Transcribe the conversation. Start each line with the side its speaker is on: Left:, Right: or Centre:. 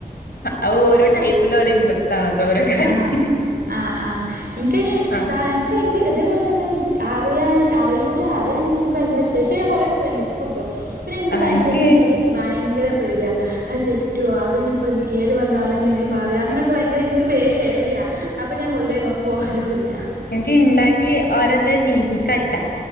Left: അഅ് ഓരോ ടൈമില് ഒര് ഇൻഡ്രസ്റ്റ് ആണല്ലോ ഓരോ കാര്യത്തിന്
Right: ആഹ് ആഹ് ആഹ് ഇൻകയിന്
Left: ആഹ്
Right: താ ഇന്ക് ഭയങ്കര ഇതേപോലെ തന്നെ അറിയാന് അറിയൂല അറിയാണെങ്കിൽ ഇന്ക് ഭയങ്കര ഇഷ്ട പക്ഷെ ഞാ കുറെശ്രമിക്കൂട്ടോ പിന്നെ ഇന്ക്
Left: ആഹ്
Right: ഭയങ്കര
Left: എനിക്ക്
Right: മുന്നോട്ട്ക്ക് ഭയങ്കര പേടിയാ അഅ് തെറ്റോ അത്ഞ്പ്പോ എ കേടു വന്നാലെ എന്തെങ്കും പറയോ അങ്ങനെയൊക്കെ ഭയങ്കര എനിക്ക് പേടിയാ അപ്പൊ ഞാൻ പൊതുവായി മൊത്തം പോലുല്ല
Left: എനക്ക് ഇണ്ടാക്കി ഓരോരുത്തരെ തീറ്റിക്കാ ഇഷ്ടാ